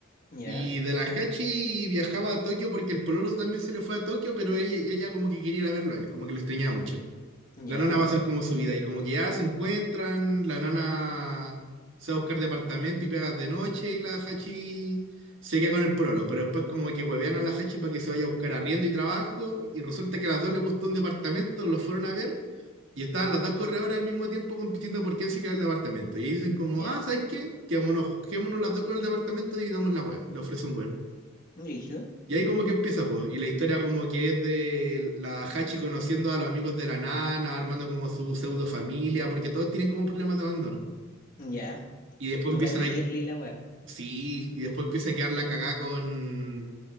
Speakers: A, on the left; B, on the right.
A: ya,
B: Y de la Hachi viajaba a Tokio porque el Pololo también se le fue a Tokio, pero ella, ella como que quería ir a verlo a él, como que le extrañaba mucho. La
A: ya,
B: nana va a ser como su vida. Y como que ya se encuentran, la nana se va a buscar departamento y pegas de noche y la Hachi se queda con el pololo. Pero después como que huevean a la Hachi para que se vaya a buscar arriendo y trabajo. Y resulta que a las dos les gustó un departamento, los fueron a ver y estaban las dos corredoras al mismo tiempo compitiendo por quién se queda el departamento. Y ahí dicen como,
A: ya,
B: ah, ¿sabes qué? Quémonos, quedémonos las dos con el departamento, y dividamos la wea. Le ofrece un wea
A: brígido,
B: y ahí como que empieza, pues, y la historia como que es de la Hachi conociendo a los amigos de la nana, armando como su pseudo familia, porque todos tienen como problemas de abandono.
A: ya,
B: Y después
A: súper
B: empiezan
A: de
B: a...
A: girly la weá.
B: Sí, y después empieza a quedar la cagá con...